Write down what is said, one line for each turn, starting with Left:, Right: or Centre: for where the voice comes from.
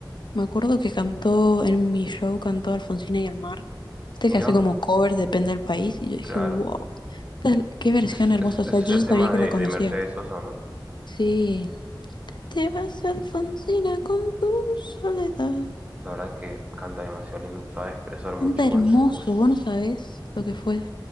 Left: Me acuerdo que cantó en mi show, cantó Alfonsina y el mar. Viste
Right: Mira,
Left: que hace como covers, depende del país. Y yo dije,
Right: claro.
Left: wow, esta es- qué versión
Right: Es,
Left: hermosa.
Right: es,
Left: O
Right: ese
Left: sea,
Right: es
Left: yo
Right: el
Left: ya sabía
Right: tema
Left: que
Right: de,
Left: la conocía.
Right: de Mercedes Sosa, ¿no?
Left: Sí. Te vas, Alfonsina, con tu soledad.
Right: La verdad que canta demasiado lindo, sabe expresar mucho
Left: Canta hermoso,
Right: con su voz.
Left: vos no sabés lo que fue.